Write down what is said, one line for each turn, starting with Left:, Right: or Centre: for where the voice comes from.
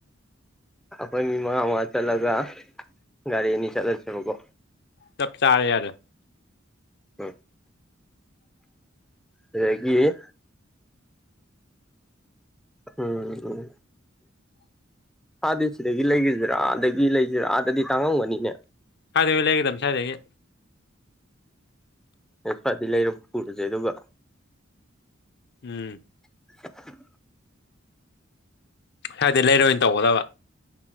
Centre: ꯑꯩꯈꯣꯏ ꯃꯤ ꯃꯉꯥ ꯃꯉꯥ ꯆꯠꯂꯒ ꯒꯥꯔꯤ ꯑꯅꯤ ꯆꯠꯂꯁꯦꯕꯀꯣ
Left: ꯆꯞ ꯆꯥꯔꯦ ꯌꯥꯔ
Centre: ꯎꯝ ꯑꯗꯨꯗꯒꯤ ꯎꯝ ꯑꯥꯗꯤ ꯁꯤꯗꯒꯤ ꯂꯩꯈꯤꯁꯤꯔꯥ ꯑꯗꯒꯤ ꯂꯩꯁꯤꯔꯥ ꯑꯥꯗꯗꯤ ꯇꯥꯡꯉꯝꯒꯅꯤꯅꯦ
Left: ꯁꯋꯥꯗ ꯂꯩꯒꯗꯕ ꯁꯋꯥꯗꯗꯒꯤ
Centre: <unintelligible> ꯂꯩꯔ ꯄꯨꯔꯁꯦ ꯑꯗꯨꯒ
Left: ꯎꯝ
Centre: <unintelligible>
Left: ꯁꯗꯤ ꯂꯩꯔꯣꯏ ꯑꯣꯏꯅ ꯇꯧꯒꯗꯕ